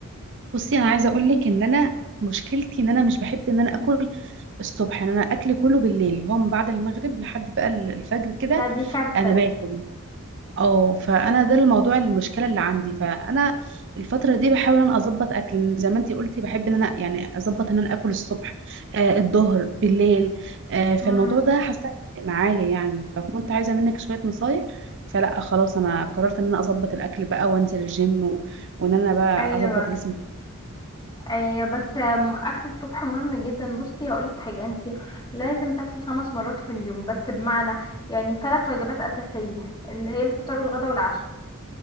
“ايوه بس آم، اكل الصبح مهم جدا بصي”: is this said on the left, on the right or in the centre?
Left